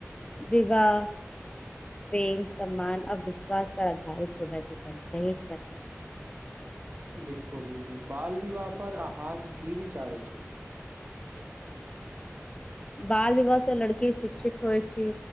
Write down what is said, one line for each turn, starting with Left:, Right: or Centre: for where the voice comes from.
Left: विवाह प्रेम, सम्मान आ विश्वास पर अधारित होयबा के चाही, दहेज पर नै।
Right: <inaudible> बिलकुल बिलकुल, बाल विवाह पर अहां के की विचार अछि। <inaudible>
Left: बाल विवाह से लड़की शिक्षित होय छी।